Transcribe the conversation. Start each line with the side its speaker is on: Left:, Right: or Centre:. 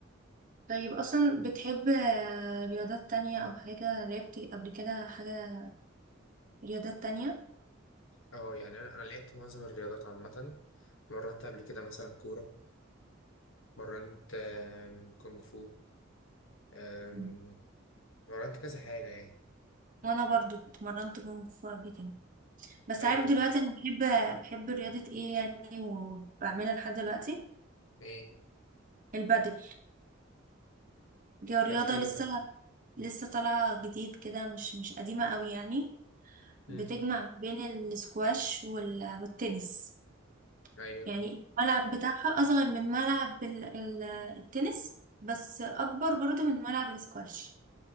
Right: طيب اصلا بتحب آه، رياضات تانية او حاجة لعبت قبل كده حاجة رياضات تانية
Left: اه يعني أنا أنا لعبت معظم الرياضات عامة مرنت قبل كده مثلا كورة مرنت آم، كونغ فو آم،
Right: مم.
Left: مرنت كذا حاجة يعني
Right: وانا برضو اتمرنت كونغ فو قبل كده بس
Left: حلو
Right: عارف دلوقتي
Left: ده
Right: انا بحب بحب رياضة ايه يعني وبعملها لحد دلوقتي
Left: ايه
Right: البادل دي رياضة
Left: طب حلو
Right: لسه
Left: ده
Right: لسه طالعة جديد كده مش مش قديمة قوي يعني بتجمع
Left: مم.
Right: بين السكواش وال- والتنس
Left: ايوه
Right: يعني الملعب بتاعها أصغر من ملعب ال- ال- التنس بس أكبر برضو من ملعب السكواش